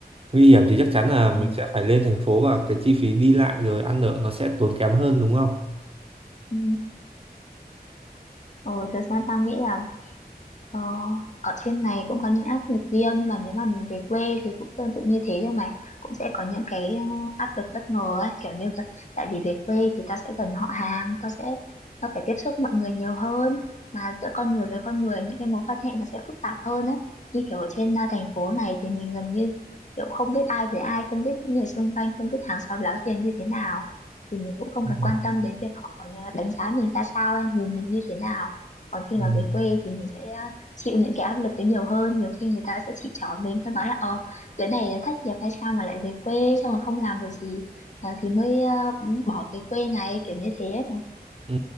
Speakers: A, on the right; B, on the left.
A: nguy hiểm thì chắc chắn là
B: ừ.
A: mình sẽ phải lên thành phố và cái chi phí đi lại rồi ăn ở nó sẽ tốn kém hơn đúng không?
B: ừ. Ồ, thực ra tao nghĩ là Ờ, ở trên này cũng có những áp lực riêng nhưng mà nếu mà mình về quê thì cũng tương tự như thế thôi mà cũng sẽ có những cái ờ, áp lực bất ngờ ấy kiểu như vậy. tại vì về quê thì tao sẽ gần họ hàng tao sẽ tao phải tiếp xúc mọi người nhiều hơn mà giữa con người với con người những cái mối quan hệ nó sẽ phức tạp hơn ấy như kiểu ở trên ờ, thành phố này thì mình gần như kiểu không biết ai với ai không biết những người xung quanh không biết hàng xóm láng giềng như thế nào thì mình cũng không
A: Ừ.
B: cần quan tâm đến việc họ ờ, đánh giá mình ra sao nhìn mình như thế nào còn khi mà
A: Ừ.
B: về quê thì mình sẽ ờ, chịu những cái áp lực ấy nhiều hơn nhiều khi người ta sẽ chỉ trỏ mình ta nói là ờ đứa này thất nghiệp hay sao mà lại về quê xong rồi không làm được gì ờ, thì mới ờ, bỏ cái quê này kiểu như thế ấy này
A: Ừ,